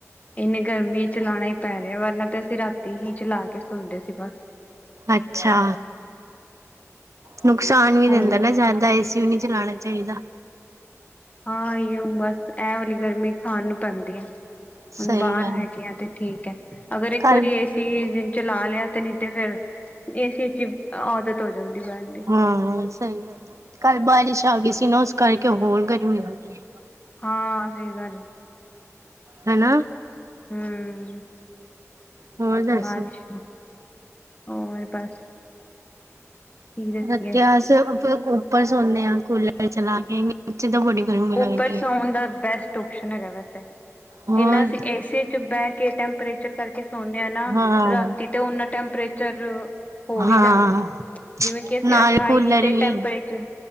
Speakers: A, on the left (about 30°); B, on the right (about 70°).
A: ਇੰਨੀ ਗਰਮੀ ਚਲਾਉਣਾ ਹੀ ਪੈ ਰਿਹਾ ਵਰਨਾ ਤੇ ਅਸੀਂ ਰਾਤੀ ਹੀ ਚਲਾ ਕੇ ਸੋਂਦੇ ਸੀ ਬਸ।
B: ਅੱਛਾ ਨੁਕਸਾਨ ਵੀ
A: ਹੂੰ
B: ਦਿੰਦਾ ਨਾ ਜ਼ਿਆਦਾ ਏ ਸੀ ਨੀ ਚਲਾਉਣਾ ਚਾਹੀਦਾ।
A: ਹਾਂ ਇਹੋ ਬਸ ਐਹ ਵਾਲੀ ਗਰਮੀ ਖਾਣ ਨੂੰ ਪੈਂਦੀ ਹੈ।
B: ਸਹੀ
A: ਹੁਣ ਬਾਹਰ
B: ਗੱਲ
A: ਹੈਗੇ ਆ ਤੇ ਠੀਕ ਹੈ, ਅਗਰ ਇੱਕ
B: ਕੱਲ
A: ਵਾਰੀ ਏ ਸੀ ਕਿਸੀ ਦਿਨ ਚਲਾ ਲਿਆ, ਤੇ ਨਹੀਂ ਤੇ ਫਿਰ ਏ ਸੀ ਚ ਆਦਤ ਹੋ ਜਾਂਦੀ, ਬਹਿਣ ਦੀ।
B: ਹਾਂ ਸਹੀੱ ਗਲ ਐ, ਕੱਲ ਬਾਰਿਸ਼ ਆ ਗਈ ਸੀ ਨਾ ਉਸ ਕਰਕੇ ਹੋਰ ਗਰਮੀ ਹੋ ਗਈ ਹੈ।
A: ਹਾਂ ਸਹੀ ਗੱਲ ਐ।
B: ਹੈਨਾ
A: ਹੂ
B: ਹੋਰ ਦੱਸੋ?
A: ਬਾਰਿਸ਼, ਹੋਰ ਬਸ ਕੀ ਦੱਸੀਏ
B: ਰੇ ਅਸੀ ਤੇ ਉੱਪਰ ਸੌਦੇ ਆ ਕੂਲਰ ਚਲਾ ਕੇ, ਨੀਚੇ ਤਾਂ ਬੜੀ ਗਰਮੀ ਲੱਗਦੀ
A: ਉੱਪਰ ਸੌਉਣ
B: ਹੈ।
A: ਦਾ ਬੈਸਟ ਔਪਸ਼ਨ ਹੈਗਾ ਵੈਸੇ,
B: ਹੋਰ
A: ਜਿੰਨਾ ਚ ਏ ਸੀ ਚ ਬਹਿ ਕੇ ਟੈਂ ਟੈਪਰੇਚਰ ਕਰਕੇ ਸੋਨੇ ਆ ਨਾ
B: ਹਾਂ
A: ਰਾਤੀ ਤੇ, ਉਨਾ ਟੈਂਪਰੇਚਰ ਹੋ ਹੀ
B: ਹਾਂ
A: ਜਾਂਦਾ, ਜਿਵੇਂ ਕਿ ਅਸੀਂ
B: ਨਾਲ
A: ਅਠਾਈ
B: ਕੂਲਰ
A: ਤੇ
B: ਵੀ
A: ਟੈਂਪਰੇਚਰ